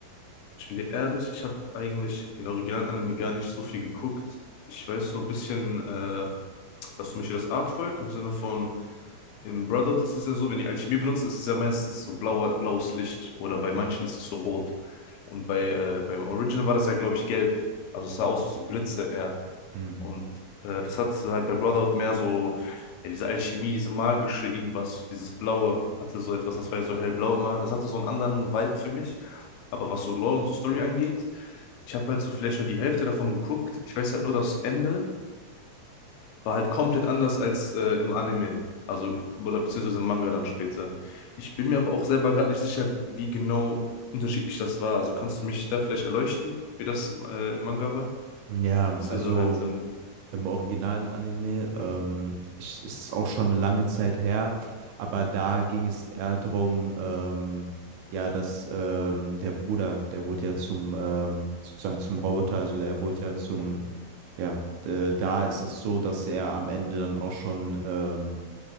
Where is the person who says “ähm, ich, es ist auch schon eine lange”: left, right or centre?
Right